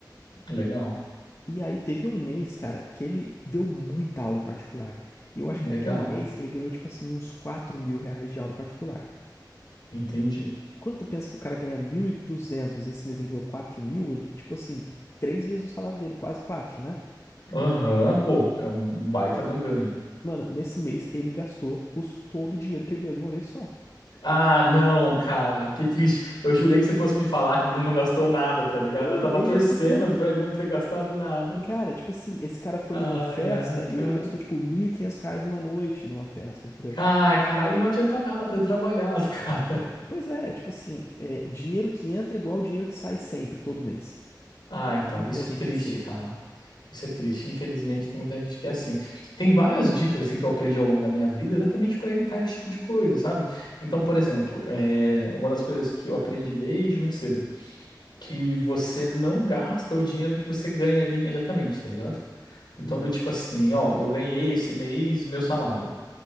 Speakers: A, on the left (about 70°); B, on the left (about 35°).
A: Legal,
B: E aí teve um mês, cara, que ele deu muita aula particular. E eu acho que
A: legal.
B: naquele mês ele ganhou, tipo assim, uns quatro mil reais de aula particular.
A: Entendi.
B: Quando tu pensa que o cara ganha mil e duzentos e esse mês ele ganhou 4.000 ele, tipo assim, três vezes o salário dele, quase quatro, né?
A: Aham, pô, é um baita de um ganho.
B: Mano, nesse mês ele gastou os, todo o dinheiro que ele ganhou de uma vez só.
A: Ah, não, cara, que triste. Eu jurei que você fosse me falar que ele não gastou nada, tá ligado?
B: Não,
A: Eu tava
B: mano, ele
A: torcendo
B: gastou tudo.
A: pra ele não ter gastado nada.
B: Cara, tipo assim, esse cara foi
A: Ai,
B: numa festa
A: ai, cara.
B: e ele gastou, tipo, 1.500 reais numa noite numa festa, entendeu?
A: Ai, cara, aí não adianta nada ter trabalhado, <laughs> cara.
B: Pois é, tipo assim, é, dinheiro que entra é igual dinheiro que sai sempre, todo mês.
A: Ah,
B: Tem
A: então,
B: muita
A: isso
B: gente
A: é triste,
B: assim.
A: cara. Isso é triste. Infelizmente, tem muita gente que é assim. Tem várias dicas assim que eu aprendi ao longo da minha vida exatamente para evitar esse tipo de coisa, sabe? Então, por exemplo, é uma das coisas que eu aprendi desde muito cedo, que você não gasta o dinheiro que você ganha ali imediatamente, tá ligado? Então,
B: Hum,
A: do tipo assim, ó, eu ganhei esse mês meu salário.